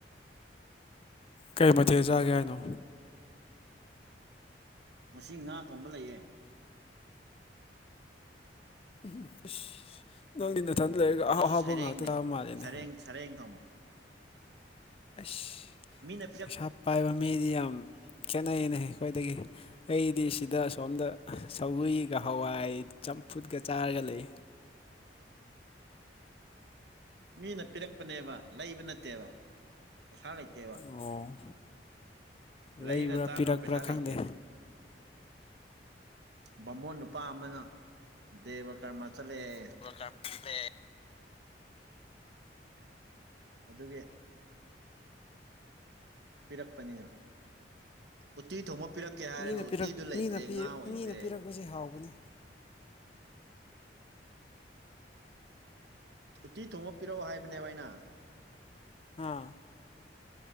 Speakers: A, on the left; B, on the right.
A: ꯀꯩ ꯃꯊꯦ ꯆꯥꯒꯦ ꯍꯥꯏꯅꯣ
B: ꯉꯁꯤ ꯉꯥ ꯊꯣꯡꯕ ꯂꯩꯌꯦ
A: ꯎꯝ ꯅꯪꯗꯤ ꯅꯊꯟꯗ ꯂꯩꯔꯒ
B: ꯑꯗꯨꯁꯨ
A: ꯑꯍꯥꯎ ꯑꯍꯥꯎꯕ
B: ꯁꯩꯔꯦꯡꯅꯦ
A: ꯉꯥꯛꯇ ꯆꯥꯕ ꯃꯥꯜꯂꯦꯅꯦ
B: ꯁꯔꯦꯡ ꯁꯔꯦꯡ ꯊꯣꯡꯕ
A: ꯑꯁ
B: ꯃꯤꯅꯦ
A: ꯄꯩꯁꯥ ꯄꯥꯏꯕ ꯃꯤꯗꯤ ꯌꯥꯝ ꯈꯦꯠꯅꯩꯅꯦ ꯑꯩꯈꯣꯏꯗꯒꯤ ꯑꯩꯗꯤ ꯁꯤꯗ ꯁꯣꯝꯗ ꯁꯒꯔꯤꯒ ꯍꯋꯥꯏ ꯆꯝꯐꯨꯠꯀ ꯆꯥꯔꯒ ꯂꯩ
B: ꯃꯤꯅ ꯄꯤꯔꯛꯄꯅꯦꯕ ꯂꯩꯕ ꯅꯠꯇꯦꯕ ꯄꯩꯁꯥ ꯂꯩꯇꯦꯕ
A: ꯑꯣ
B: ꯂꯩꯔ
A: ꯂꯩꯕ꯭ꯔꯥ
B: ꯆꯥꯅꯕ
A: ꯄꯤꯔꯛꯄ꯭ꯔꯥ
B: ꯄꯩꯁꯥ
A: ꯈꯪꯗꯦ
B: ꯂꯩꯇꯦꯕ ꯕꯥꯃꯣꯟ ꯅꯨꯄꯥ ꯑꯃꯅ ꯗꯦꯕ ꯀꯔꯃ ꯆꯠꯂꯦ
A: <unintelligible>
B: ꯑꯗꯨꯒꯤ ꯄꯤꯔꯛꯄꯅꯤꯅ ꯎꯇꯤ ꯊꯣꯡꯃ ꯄꯤꯔꯛꯀꯦ ꯍꯥꯏꯔꯒ
A: ꯃꯤꯅ
B: ꯎꯇꯤꯗꯨ
A: ꯄꯤꯔꯛ
B: ꯂꯩꯇ꯭ꯔꯦ
A: ꯃꯤꯅ ꯄꯤꯔꯛ
B: ꯉꯥ ꯑꯣꯏꯅ
A: ꯃꯤꯅ
B: ꯄꯤꯔꯛꯏꯅꯨ
A: ꯄꯤꯔꯛꯄꯁꯦ ꯍꯥꯎꯕꯅꯦ
B: ꯇꯤ ꯊꯣꯉꯄꯤꯔꯛꯑꯣ ꯍꯥꯏꯕꯅꯦꯕ ꯑꯩꯅ
A: ꯍꯥꯥ